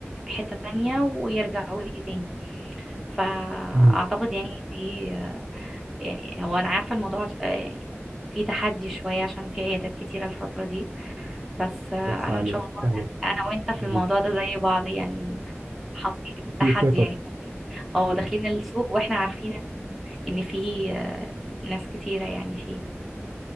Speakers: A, in the centre; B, on the right (about 80°).
A: حتة تانية ويرجعوا لي تاني فأعتقد
B: مهم.
A: يعني دي يعني هو أنا عارفة الموضوع آه، يعني في تحدي شوية عشان في عيادات كتيرة الفترة دي بس آه،
B: نفس
A: أنا
B: عاليه
A: إن شاء الله
B: فاهمك
A: أنا وأنت في
B: مهم.
A: الموضوع ده زي بعض يعني حاطين
B: في
A: تحدي
B: خطط
A: يعني أو داخلين السوق وإحنا عارفين إن إن في آه، ناس كتيرة يعني فيه